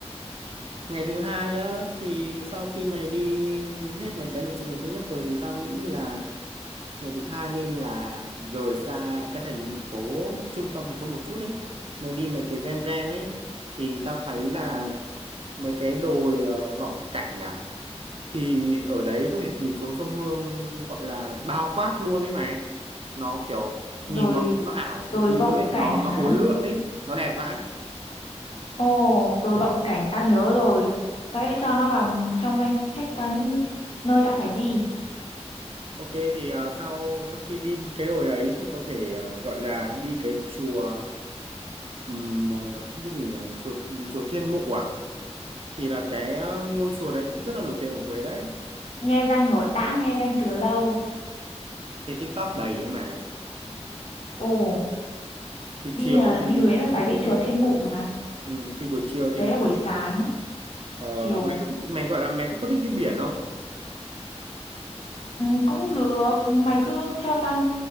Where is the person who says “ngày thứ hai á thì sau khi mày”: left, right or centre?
Right